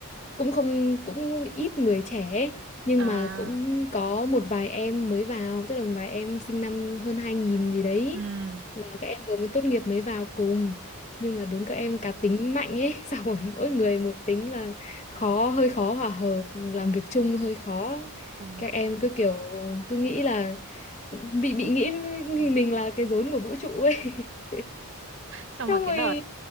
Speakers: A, on the left; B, on the right.
A: cũng không cũng ít người trẻ ấy, nhưng
B: à
A: mà cũng có một vài em mới vào tức là một vài em sinh năm hơn 2000 gì đấy
B: ừ
A: là các em vừa mới tốt nghiệp mới vào cùng nhưng mà đúng các em cá tính mạnh ấy <laughs> xong rồi mỗi người một tính là khó hơi khó hòa hợp làm việc chung hơi khó
B: công nhận
A: các em cứ kiểu cứ nghĩ là bị bị nghĩ mình mình là cái rốn của vũ trụ ấy <laughs>
B: xong
A: xong
B: rồi cái
A: rồi
B: đợt